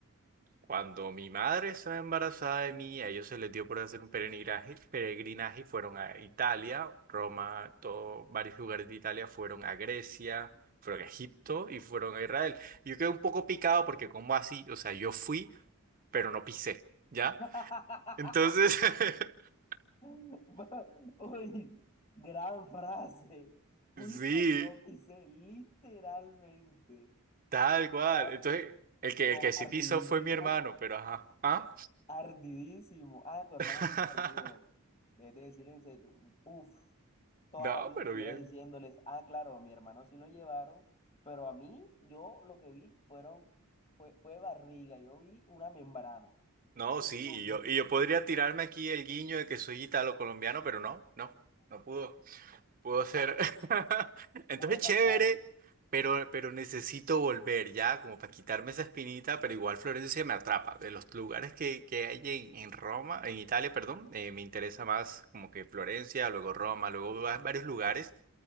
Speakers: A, on the right; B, on the left.
A: Cuando mi madre estaba embarazada de mí, a ellos se les dio por hacer un peregrinaje, peregrinaje, y fueron a Italia, Roma, todo, varios lugares de Italia, fueron a Grecia, fueron a Egipto y fueron a Israel. Yo quedé un poco picado porque ¿cómo así? O sea, yo fui, pero no pisé, ¿ya?
B: <laughs>
A: Entonces, <laughs>
B: <laughs> Va- Uy, gran frase. Fui
A: sí,
B: a lo literalmente.
A: tal cual.
B: Está
A: Entonces, el que,
B: como
A: el que sí
B: ardidísimo,
A: pisó fue mi hermano, pero ajá. ¿Ah?
B: ardidísimo. Ah, tu hermano
A: <laughs>
B: ni campeón. Vez de decir en serio, uff, toda
A: No,
B: la vida
A: pero
B: estuviera
A: bien.
B: diciéndoles, ah, claro, a mi hermano sí lo llevaron, pero a mí, yo lo que vi fueron, fue, fue barriga, yo vi una membrana.
A: No,
B: Lo
A: sí,
B: que yo vi,
A: y yo, y yo podría tirarme aquí el guiño de que soy italo-colombiano, pero no, no, no pudo. Puedo ser. <laughs> Entonces,
B: pudo
A: chévere,
B: pasar.
A: pero, pero necesito volver ya, como para quitarme esa espinita, pero igual Florencia me atrapa. De los lugares que, que hay en, en Roma, en Italia, perdón, eh, me interesa más como que Florencia, luego Roma, luego va- varios lugares